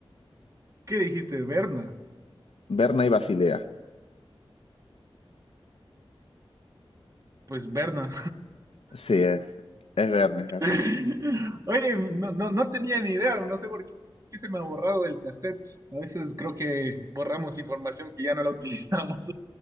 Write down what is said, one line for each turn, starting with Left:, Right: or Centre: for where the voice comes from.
Right: ¿Qué dijiste, Berna?
Left: Berna y Basilea.
Right: Pues Berna.
Left: Sí, es. Es Berna, es Berna.
Right: <laughs> Oye, no, no, no tenía ni idea, no sé por qué se me ha borrado del cassette. A veces creo que borramos información que ya no la utilizamos.